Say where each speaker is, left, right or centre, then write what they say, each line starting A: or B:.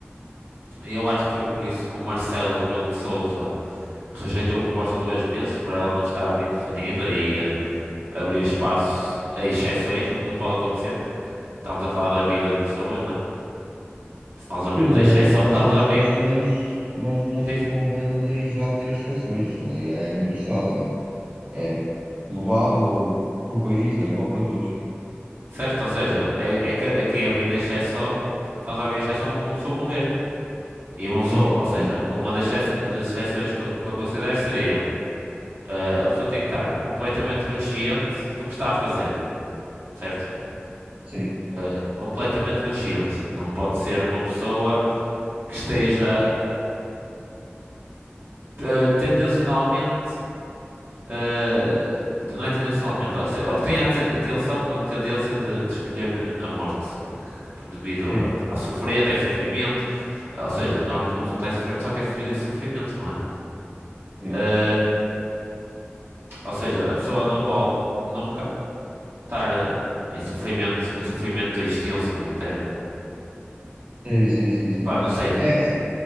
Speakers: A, on the right; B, on the right.
A: eu acho que foi por isso que o Marcelo Rebelo de Sousa Rejeitou a proposta duas vezes por ela não estar bem definida e eh, abrir espaço a exceções, o que não pode acontecer, porque estamos a falar da vida de pessoas, não é? Se nós abrirmos
B: Sim,
A: a
B: a
A: exceção,
B: lei pode
A: estamos
B: ter
A: a
B: exceções,
A: abrir.
B: mas não
A: Sim, sim.
B: convém a lei em geral ter exceções. A lei é universal, é, é global ou por país, é igual para todos.
A: Certo? Ou seja, é, é que aqui abrindo a exceção, estamos a abrir a exceção para uma pessoa morrer. E uma
B: Sim,
A: pessoa, ou seja,
B: sim,
A: uma das exce- das exceções que eu, que eu considero seria eh, a pessoa tem que estar completamente consciente do que está a fazer, certo?
B: sim,
A: Eh, completamente consciente. Não pode ser uma pessoa que esteja. eh, tendencionalmente, eh, não é tendencionalmente, ao que tem, ao que tem a ten- atenção, a tendência de, de escolher a morte, porque devido
B: sim,
A: a, a sofrer, está em sofrimento, ou seja, normalmente quando a pessoa está em sofrimento só quer fugir desse sofrimento, não é?
B: sim,
A: Eh, ou seja, a pessoa não pode nunca estar eh, em sofrimento, num sofrimento extenso e eterno.
B: sim, sim, sim, sim.
A: Pá, não sei.
B: É,